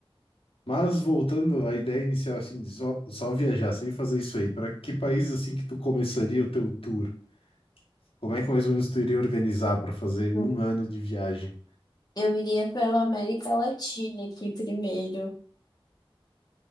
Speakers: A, on the left; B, on the left.
A: Mas voltando à ideia inicial, assim, de só, só viajar sem fazer isso aí, para que país assim que tu começaria o teu tour? Como é que mais ou menos tu iria organizar para fazer
B: Hum.
A: um ano de viagem?
B: Eu iria pela América Latina aqui primeiro.